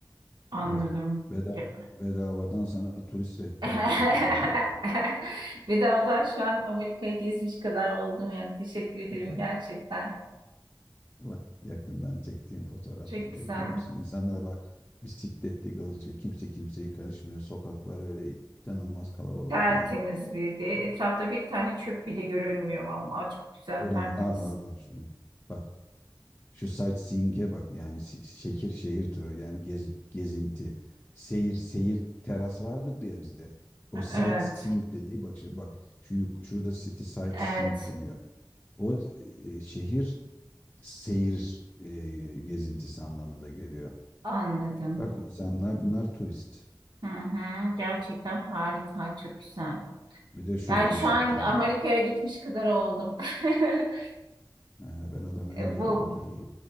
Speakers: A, on the right (about 70°); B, on the left (about 25°).
A: Anladım.
B: Evet beda,
A: Gö-
B: bedavadan sana turist rehberliği
A: <laughs>
B: yapıyorum. Hadi bakalım.
A: Bedavadan şu an Amerika'yı gezmiş kadar oldum yani. Teşekkür ederim
B: Bak,
A: gerçekten.
B: bak yakından çektiğim fotoğraflar
A: Çok
B: görüyor
A: güzel.
B: musun? İnsanlar bak bisikletli gözüküyor. Kimse kimseye karışmıyor. Sokaklar böyle inanılmaz kalabalık
A: Tertemiz
B: değil.
A: bir de. Etrafta bir tane çöp bile görünmüyor vallahi. Çok güzel,
B: Göremez.
A: tertemiz.
B: Aa pardon. Şunu. Bak şu sightseeing'e bak yani si- şehir şehir turu yani gezi, gezinti. Seyir seyir teras vardır ya bizde. O sightseeing
A: Evet.
B: dediği bak şu, bak şu yuk- şurada city sightseeing
A: Evet.
B: deniyor. O e, şehir seyir e, gezintisi anlamında geliyor.
A: Anladım.
B: Bak insanlar bunlar turist.
A: Hı hı. Gerçekten harika. Çok güzel.
B: Bir de şuradan
A: Yani şu
B: çektim
A: an Amerika'ya
B: bu.
A: gitmiş kadar oldum. <laughs>
B: Ha, ben adamı her
A: E,
B: yere
A: Bu
B: götürürüm.